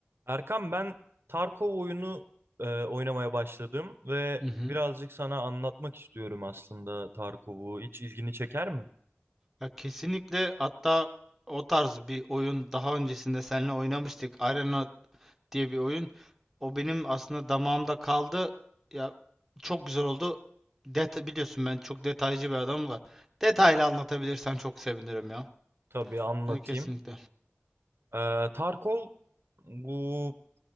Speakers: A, on the right; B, in the centre.
A: Erkan ben Tarkov oyunu e, oynamaya başladım ve
B: Hı hı.
A: birazcık sana anlatmak istiyorum aslında Tarkov'u. Hiç ilgini çeker mi?
B: Ya kesinlikle hatta o tarz bir oyun daha öncesinde seninle oynamıştık. Arena diye bir oyun. O benim aslında damağımda kaldı. Ya çok güzel oldu. Det biliyorsun ben çok detaycı bir adamım da. Detaylı anlatabilirsen çok sevinirim ya.
A: Tabii anlatayım.
B: Yani kesinlikle.
A: E, Tarkov bu